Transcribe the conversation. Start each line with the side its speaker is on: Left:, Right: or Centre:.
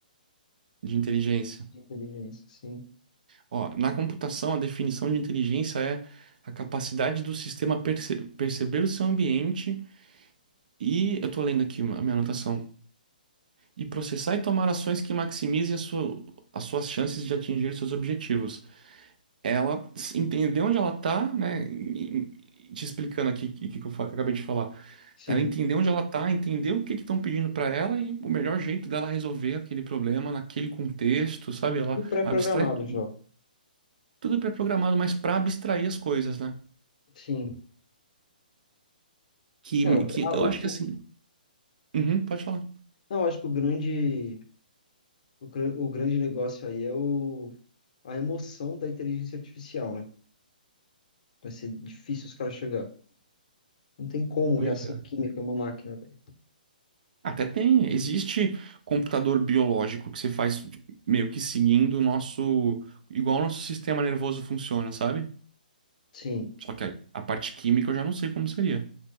Right: de inteligência.
Left: de inteligência, sim.
Right: Ó, na computação, a definição de inteligência é a capacidade do sistema perce- perceber o seu ambiente e, eu estou lendo aqui a minha anotação, e processar e tomar ações que maximizem a sua, as suas chances de atingir seus objetivos. Ela s- entender onde ela está, né? E- e- Te explicando aqui o que, que eu fa- que eu acabei de falar
Left: Sim.
Right: Ela entender onde ela tá, entender o que que estão pedindo para ela e o melhor jeito dela resolver aquele problema naquele contexto, sabe? Ela
Left: Tudo pré-programado
Right: abstrai tudo.
Left: já.
Right: Tudo pré-programado, mas para abstrair as coisas, né?
Left: Sim.
Right: Que,
Left: É, o,
Right: que
Left: a-
Right: eu
Left: o-
Right: acho que assim.
Left: o-
Right: Uhum, pode falar.
Left: não, acho que o grande, o, gran- o grande negócio aí é o, a emoção da inteligência artificial, né? Vai ser difícil os caras chegar. Não tem como
Right: Pois
Left: reação
Right: é.
Left: química em uma máquina, velho.
Right: Até tem, existe computador biológico que você faz meio que seguindo o nosso, igual o nosso sistema nervoso funciona, sabe?
Left: Sim.
Right: Só que a, a parte química eu já não sei como seria,